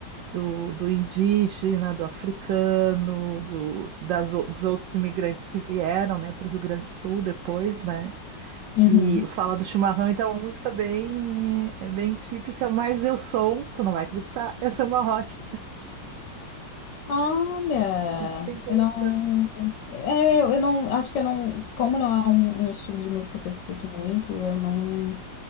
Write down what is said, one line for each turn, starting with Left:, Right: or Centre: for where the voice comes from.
Right: do, do indígena, do africano, do, das, o- dos outros imigrantes que vieram, né, para o Rio Grande do Sul depois, né?
Left: Uhum.
Right: E fala do chimarrão, então é uma música bem, é bem típica, mas eu sou, tu não vai acreditar, eu sou uma rock.
Left: Olha,
Right: <laughs> Isso que é interessante.
Left: eu não. É, eu eu não. Acho que eu não. Como não é um, um estilo de música que eu escuto muito, eu não.